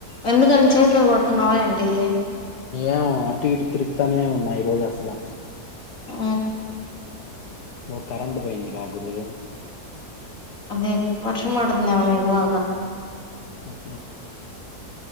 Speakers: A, on the left; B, on the left.
A: ఎందుకని చేతి మీద పడుకున్నావా ఏంటి
B: ఏం అటు ఇటు తిరుగుతానే ఉన్నా ఈ రోజు అసలు
A: ఆ
B: ఓ కరెంట్ పోయింది కా గురు
A: అదే వర్షం మతు నవ మగవగా
B: ఆ